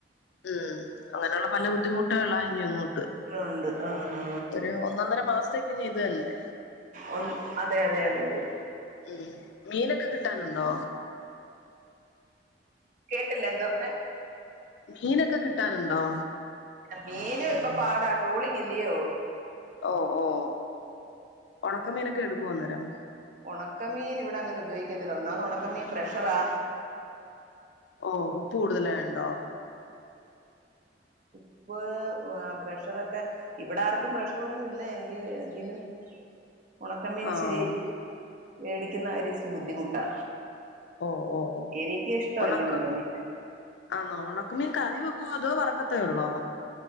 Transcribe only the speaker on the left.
ഉം അങ്ങനെയുള്ള പല ബുദ്ധിമുട്ടുകളാ ഇനി അങ്ങോ ട്ട്
ഒരു ഒന്നൊന്നര മാസത്തേക്ക് ഇനി ഇതല്ലേ
ഉം മീനൊക്കെ കിട്ടാനുണ്ടോ?
മീനൊക്കെ കിട്ടാനുണ്ടോ
ഓഹ് ഓഹ് ഒണക്കമീനൊക്കെ എടുക്കുവോ അന്നേരം
ഓഹ് ഉപ്പ് കൂടുതലായോണ്ടോ?
ആഹ്
ഓ ഓ
ഉണക്ക
ആന്നോ ഒണക്ക മീൻ കറി വെക്കുവോ അതോ വറക്കത്തേ ഒള്ളോ